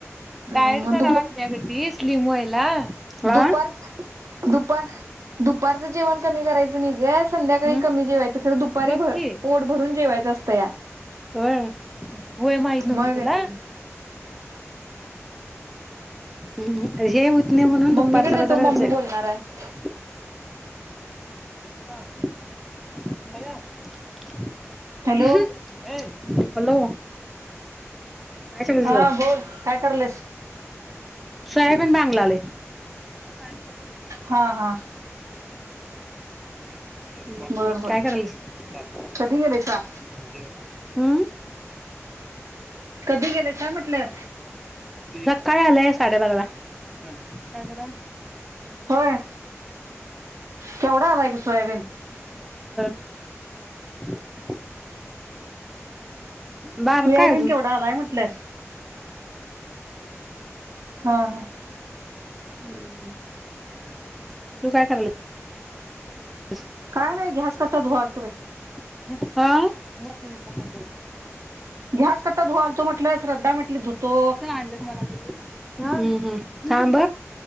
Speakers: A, on the right; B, in the centre.
A: मग
B: डायट करा लागत्या ग ती स्लीम व्हायला. हा
A: दुपारचं दुपार, दुपार जेवण कमी करायचं नाही ग, संध्याकाळी
B: हम्म
A: कमी जेवायचं. खर दुपारी
B: बघ की
A: पोट भरून जेवायचं असतंया.
B: होय होय माहित नव्हतं
A: मग?
B: तुला हम्म हम्म. हे हुतं नाही म्हणून दुपार
A: मम्मीकडे
B: जरा
A: देतो
B: जरा
A: मम्मी
B: जेव
A: बोलणार आहे
B: <unintelligible>
A: हॅलो
B: <inaudible> हे. हॅलो. काय करायलीस
A: हा
B: ग
A: बोल, काय करल्यास?
B: सोयाबीन बांगलालय <unintelligible>
A: हां हां.
B: नाही. हम्म
A: बर बर
B: काय करायल्यास?
A: कधी गेलायसा
B: <unintelligible> हम्म?
A: कधी गेलेसा म्हटलं?
B: सकाळी आलंय <unintelligible> साडे बाराला. काय कराय?
A: होय केवढा आलाय गं सोयाबीन?
B: <inaudible> बारका
A: सोयाबीन
B: आहे अजून
A: केवढा आलाय म्हटलं? हा हा
B: <inaudible> तु काय कराय ल्यास?
A: काय नाही घ्यास कट्टा धुवालतो बाई
B: <unintelligible> हां? <inaudible>
A: गॅस कट्टा धुवालतो म्हटलं श्रद्धा म्हटली धुतो.
B: आणलंस मला बोलू. हम्म हम्म थांब.